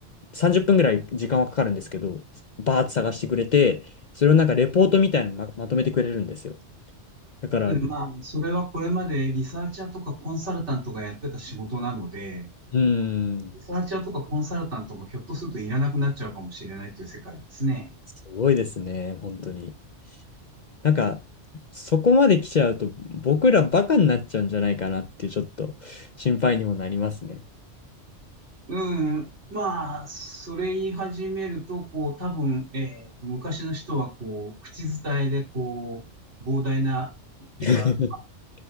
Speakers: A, on the left; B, on the right.
A: 30分ぐらい時間はかかるんですけど、バーッと探してくれて、それをなんかレポートみたいなのま、まとめてくれるんですよ。だから、う
B: まあ、それはこれまでリサーチャーとかコンサルタントがやってた仕事なので、
A: ーん、
B: リサーチャーとかコンサルタントがひょっとするといらなくなっちゃうかもしれないっていう世界ですね。
A: すごいですね、本当に。なんか、そこまで来ちゃうと、僕らバカになっちゃうんじゃないかなっていう、ちょっと心配にもなりますね。
B: うん。まあ、それ言い始めると、こう、多分、えー昔の人は、こう、口伝えで、こう、膨大な、っていうか、
A: <laughs>